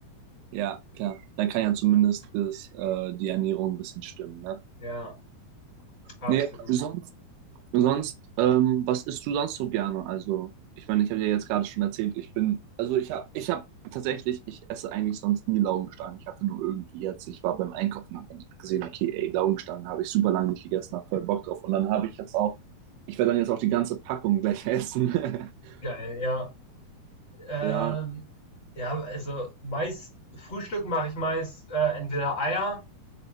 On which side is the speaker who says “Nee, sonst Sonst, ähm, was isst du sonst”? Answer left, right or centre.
Right